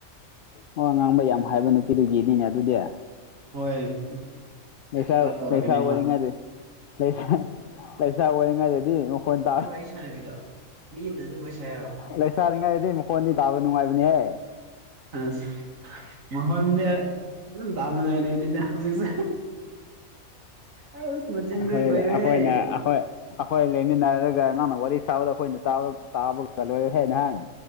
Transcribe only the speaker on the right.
ꯍꯣꯏ
ꯈꯔ ꯇꯧꯔꯛꯀꯅꯤ
ꯃꯥ
ꯅꯪ ꯋꯥꯔꯤ ꯁꯥꯟꯅꯕꯤꯗꯣ ꯃꯤ ꯑꯃꯗ ꯑꯗꯨꯝ ꯋꯥꯔꯤ ꯁꯥ ꯌꯥꯕ꯭ꯔꯣ
ꯑꯁ ꯃꯈꯣꯟꯗꯤ ꯑꯗꯨꯝ ꯇꯥꯕ ꯅꯨꯡꯉꯥꯏꯔꯤ ꯑꯗꯨꯗꯤ ꯍꯧꯖꯤꯛꯁꯦ ꯑꯁ ꯃꯆꯤꯟꯗꯤ
ꯂꯣꯏꯔꯦꯍꯦ